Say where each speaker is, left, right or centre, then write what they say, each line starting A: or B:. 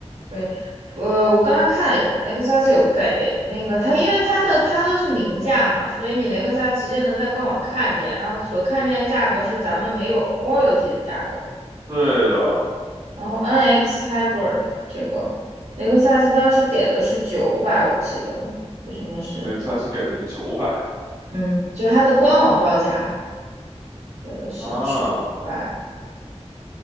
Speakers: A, on the right; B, on the right.
A: 对，呃，我刚刚看了一眼，雷克萨斯有给那个它，因为它的它都是明价嘛，所以你雷克萨斯直接能在官网看见，然后所看见的价格是咱们没有 royalty 的价格，
B: 对的，
A: 然后 NX Hybrid 的这个雷克萨斯当时给的是九百，我记得。为什么是？
B: 雷克萨斯给的是九百
A: 嗯，就是它的官网报价哈，给的是九百。
B: 啊。